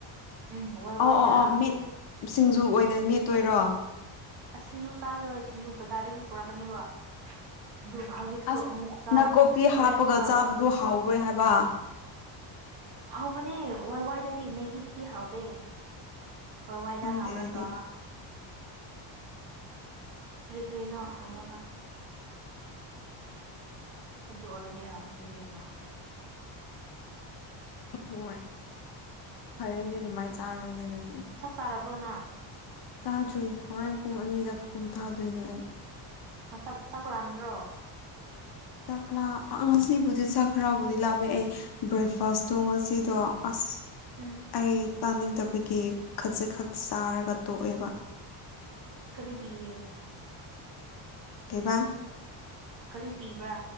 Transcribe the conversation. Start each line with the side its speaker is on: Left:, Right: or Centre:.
Right: ꯎꯝ ꯋꯥꯏ
Left: ꯑꯧ
Right: ꯋꯥꯏꯗ
Left: ꯑꯧ ꯑꯧ ꯃꯤꯠ ꯁꯤꯡꯖꯨ ꯑꯣꯏꯅ ꯃꯦꯠꯇꯣꯏꯔꯣ
Right: ꯑꯁ ꯁꯤꯟꯖꯨ ꯆꯥꯔꯔꯣꯏ ꯁꯤꯟꯖꯨ ꯕꯖꯥꯔꯗꯒꯤ ꯄꯨꯔꯛꯀꯅꯤꯕ ꯑꯗꯨꯒ ꯍꯧꯖꯤꯛꯁꯨ
Left: ꯑꯁ
Right: ꯑꯃꯨꯛ ꯆꯤ
Left: ꯅꯥꯀꯨꯞꯄꯤ ꯍꯥꯞꯄꯒ
Right: ꯍꯣꯔꯦꯟ ꯄꯨꯔꯛꯄꯁꯨ
Left: ꯆꯥꯕꯗꯣ ꯍꯥꯎꯔꯣꯏ ꯍꯥꯏꯕ
Right: ꯍꯥꯎꯕꯅꯦ ꯋꯥꯏ ꯋꯥꯏꯗꯗꯤ ꯃꯦꯒꯤꯗꯗꯤ ꯍꯥꯎꯗꯦ ꯋꯥꯏ ꯋꯥꯏꯗ
Left: ꯈꯪꯗꯦ
Right: ꯍꯥꯞꯔꯒ
Left: ꯑꯩꯗꯤ
Right: ꯀ꯭ꯔꯤ ꯀ꯭ꯔꯤꯅꯣ ꯍꯧꯔꯒ ꯑꯗꯨ ꯑꯣꯏꯔꯗꯤ ꯍꯥꯕꯅꯦ ꯢꯕꯦꯝꯃ
Left: ꯍꯣꯏ ꯐꯔꯦꯅꯦ ꯑꯗꯨꯃꯥꯏ ꯆꯥꯔꯣꯅꯦ ꯑꯗꯨꯗꯤ
Right: ꯆꯛ ꯆꯥꯔꯕ꯭ꯔꯣ ꯅꯪ
Left: ꯆꯥꯗ꯭ꯔꯤ ꯍꯣꯔꯏ ꯄꯨꯡ ꯑꯅꯤꯗꯛ ꯀꯨꯝꯊꯗꯣꯏꯅꯦ ꯑꯩ
Right: ꯃꯅꯛ ꯆꯥꯛ ꯂꯥꯝꯗꯔꯣ
Left: ꯆꯀꯂꯥ ꯉꯁꯤꯕꯨꯗꯤ ꯆꯈ꯭ꯔꯥꯕꯨꯗꯤ ꯂꯥꯝꯃꯦ ꯑꯩ ꯕ꯭ꯔꯦꯛꯐꯥꯁꯇꯣ ꯉꯁꯤꯗꯣ ꯑꯁ
Right: ꯎꯝ
Left: ꯑꯩ ꯆꯥꯅꯤꯡꯗꯕꯒꯤ ꯈꯖꯤꯛ ꯈꯛ ꯆꯥꯔꯒ ꯇꯣꯛꯑꯦꯕ
Right: ꯀꯔꯤꯕꯤꯌꯦ
Left: ꯀꯩꯕ
Right: ꯀꯔꯤ ꯄꯤꯕ꯭ꯔꯥ